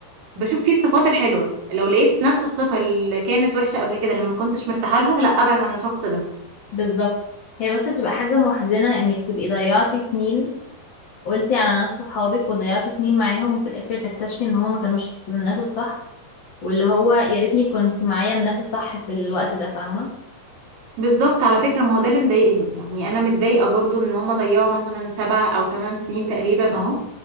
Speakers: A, on the right; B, on the left.
A: بشوف فيه الصفات الحلوه لو لقيت نفس الصفه اللي كانت وحشه قبل كده لما ما كنتش مرتاحه لها لا ابعد عن الشخص ده
B: بالظبط هي بس بتبقى حاجة محزنة انك تبقي ضيعتي سنين قلتي على ناس صحابك وضيعتي سنين معاهم وفي الاخر تكتشفي ان هما ما كانوش الص- الناس الصح واللي هو يا ريتني كنت معايا الناس الصح في الوقت ده فاهمة
A: بالظبط على فكره ما هو ده اللي مضايقني يعني انا متضايقه برضو ان هما ضيعوا مثلا سبع او ثمان سنين تقريبا اهو